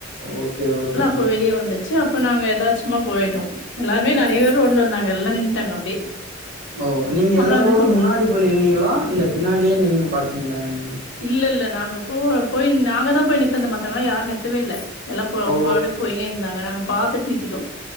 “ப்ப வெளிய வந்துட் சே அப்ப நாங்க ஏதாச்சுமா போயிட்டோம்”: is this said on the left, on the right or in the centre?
Left